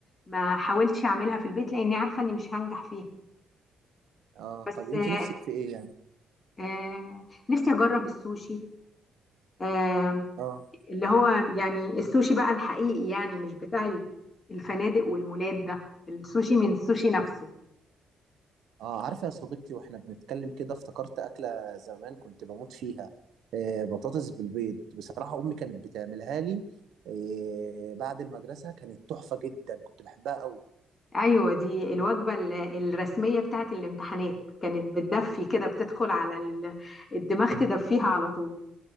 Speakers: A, on the left; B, on the right.
A: ما حاولتش أعملها في البيت لأني عارفة إني مش هنجح فيها
B: اه
A: بس
B: طب انت
A: آه
B: نفسك في ايه يعني
A: آه نفسي أجرب السوشي آه
B: اه
A: اللي هو يعني السوشي بقى الحقيقي يعني مش بتاع الفنادق والمولات ده السوشي من السوشي نفسه
B: آه. اه عارفة يا صديقتي واحنا بنتكلم كده افتكرت أكلة زمان كنت بموت فيها آه بطاطس بالبيض بصراحة أمي كانت بتعملها لي آه بعد المدرسة كانت تحفة جدا كنت بحبها قوي
A: ايوه دي الوجبه ال- الرسميه بتاعت الامتحانات كانت بتدفي كده بتدخل على ال- الدماغ تدفيها على طول